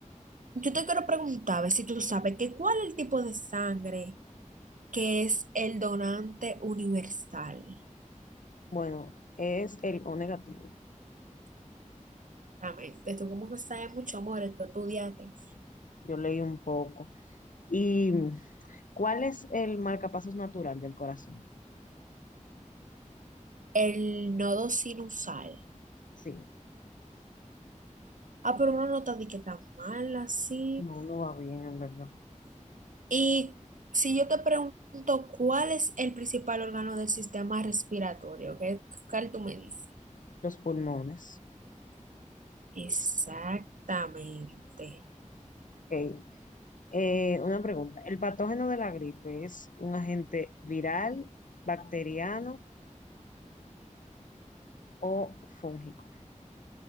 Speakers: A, on the right; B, on the left.
A: Yo te quiero preguntar, a ver si tú sabes que cuál es el tipo de sangre que es el donante universal.
B: Bueno, es el O negativo.
A: Exactamente. Tú como que sabes mucho, amor, esto estudiate
B: Yo leí un poco. ¿Y mm, cuál es el marcapasos natural del corazón?
A: El nodo sinusal.
B: Sí,
A: Ah, pero una nota de que tan mal así.
B: no, no va bien, en verdad.
A: Y si yo te pregunto cuál es el principal órgano del sistema respiratorio, ¿qué cuál tú me dices?
B: Los pulmones.
A: Exactamente.
B: Ok. Eh, una pregunta. ¿El patógeno de la gripe es un agente viral, bacteriano o fúngico?